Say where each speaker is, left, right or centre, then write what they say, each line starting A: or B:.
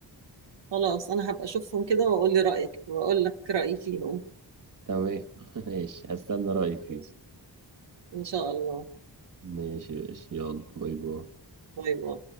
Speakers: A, on the right; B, on the right.
A: خلاص انا هبقى اشوفهم كده واقول لي رأيك واقول لك رأيي فيهم
B: تمام <laughs> ماشي هستنى رأيك فيه
A: ماشي. ان شاء الله
B: ماشي ماشي يلا باي باي
A: باي باي